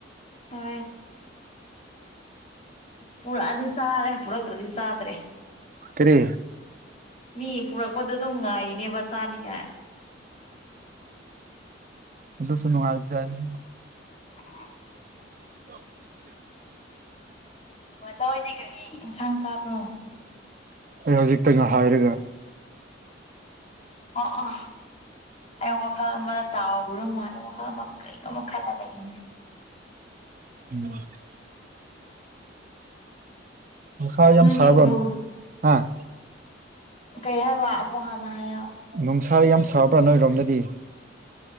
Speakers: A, on the left; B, on the right.
A: ꯍꯣꯏ ꯄꯨꯔꯛꯑꯗꯤ ꯆꯥꯔꯦ ꯄꯨꯔꯛꯇ꯭ꯔꯗꯤ ꯆꯥꯗ꯭ꯔꯦ
B: ꯀꯔꯤ
A: ꯃꯤ ꯄꯨꯔꯛꯄꯗ ꯑꯗꯨꯝ ꯉꯥꯏꯔꯤꯅꯦꯕ ꯆꯥꯅꯤꯉꯥꯏ
B: ꯑꯣꯗꯁꯨꯅꯅꯨꯡꯉꯖꯅꯤ
A: ꯎꯝ
B: ꯍ
A: ꯑꯣ ꯅꯣꯏꯗꯤ ꯀꯔꯤ ꯏꯟꯁꯥꯡ ꯆꯥꯕ꯭ꯔꯣ
B: ꯑꯩ ꯍꯧꯖꯤꯛꯇꯪ ꯉ ꯍꯥꯏꯔꯒ
A: ꯑꯣ ꯑ ꯑꯩ ꯋꯥꯈꯜ ꯑꯃꯗ ꯇꯥꯎꯔꯨꯔ ꯃꯥꯜꯂꯦ ꯋꯥꯈꯜ ꯑꯃ ꯀꯔꯤꯅꯣꯝꯃ ꯈꯜꯂ ꯂꯩꯅꯦ
B: ꯑ ꯁꯥ ꯌꯥꯝ
A: ꯅꯣꯏꯗꯤ
B: ꯁꯕꯅꯤ
A: ꯕꯣꯜ
B: ꯍꯥꯥ
A: ꯀꯩ ꯍꯥꯏꯕ ꯑꯃꯨꯛ ꯍꯥꯟꯅ ꯍꯥꯏꯌ
B: ꯅꯨꯡꯁꯥ ꯌꯥꯝ ꯁꯥꯕ꯭ꯔꯥ ꯅꯣꯏꯔꯣꯝꯗꯗꯤ